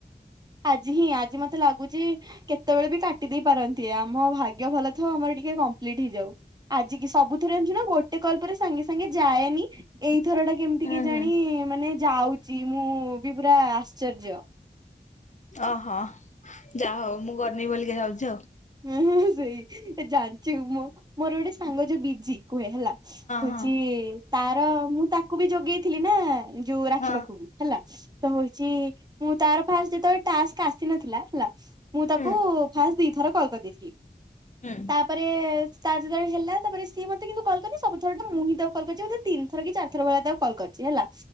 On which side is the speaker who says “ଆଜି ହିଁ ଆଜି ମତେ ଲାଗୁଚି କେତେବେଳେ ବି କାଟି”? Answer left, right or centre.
Right